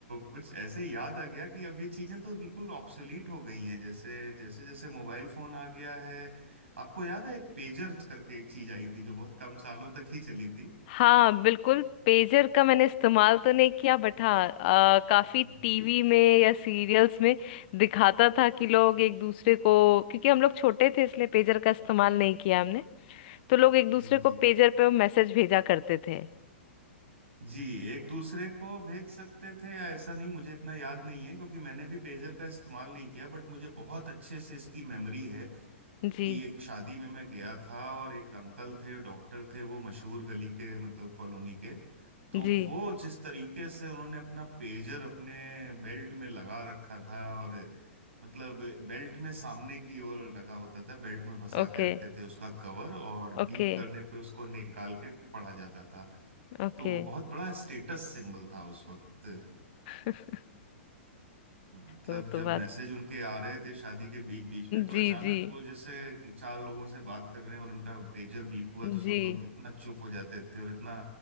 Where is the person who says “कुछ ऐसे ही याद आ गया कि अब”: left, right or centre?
Right